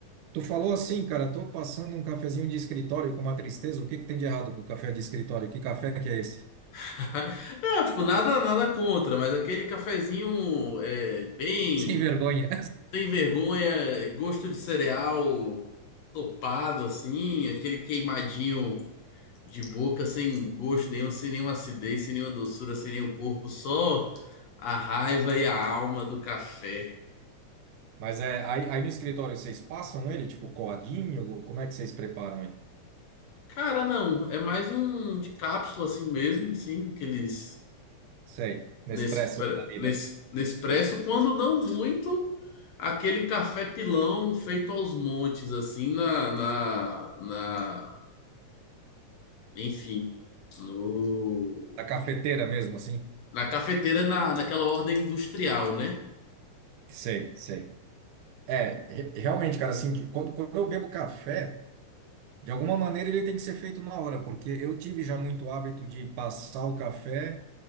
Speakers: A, on the right; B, on the left.
A: Tu falou assim, cara, tô passando um cafezinho de escritório com uma tristeza. O que que tem de errado com o café de escritório? Que café que é esse?
B: <laughs> Não, tipo, nada, nada contra, mas aquele cafezinho é bem
A: <laughs> Sem vergonha.
B: tem vergonha, gosto de cereal topado assim, aquele queimadinho. de boca, sem gosto nenhum, sem nenhuma acidez, sem nenhuma doçura, sem nenhum corpo, só a raiva e a alma do café.
A: <laughs> Mas é, aí, aí no escritório vocês passam ele, tipo, coadinho? Como é que vocês preparam ele?
B: Cara, não, é mais um de cápsula assim mesmo, sim, aqueles
A: Sei, Nespresso
B: Nespre-
A: da vida.
B: Nes- Nespresso, quando não muito, aquele café pilão feito aos montes, assim, na, na, na- enfim, no,
A: Da cafeteira mesmo, assim?
B: na cafeteira, na, naquela ordem industrial, né?
A: Sei, sei. É, re- realmente, cara, assim, de- quando, quando eu bebo café. De alguma maneira ele tem que ser feito na hora, porque eu tive já muito hábito de passar o café